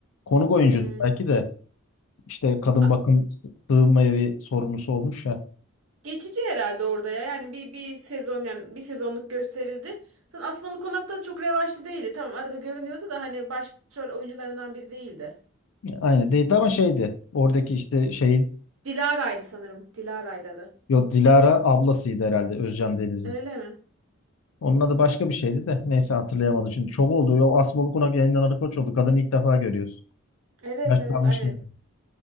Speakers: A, on the left; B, on the right.
A: Konuk oyuncu
B: Hmm.
A: belki de işte kadın
B: A-
A: bakım sığınma evi sorumlusu olmuş ya.
B: Geçici herhalde orada ya. Yani bir, bir sezon yani bir sezonluk gösterildi. Zaten Asmalı Konak'ta çok revaçlı değildi. Tamam arada görünüyordu da hani başrol oyuncularından biri değildi.
A: Aynen değildi ama şeydi. Oradaki işte şeyin
B: Dilara'ydı sanırım. Dilara'ydı adı.
A: yo Dilara ablasıydı herhalde Özcan Deniz'in.
B: Öyle mi?
A: Onun adı başka bir şeydi de neyse hatırlayamadım şimdi. Çok oldu. O Asmalı Konak yayınlanan koç oldu. Kadını ilk defa görüyoruz.
B: Evet
A: Yaşlanmış
B: evet aynen.
A: yani.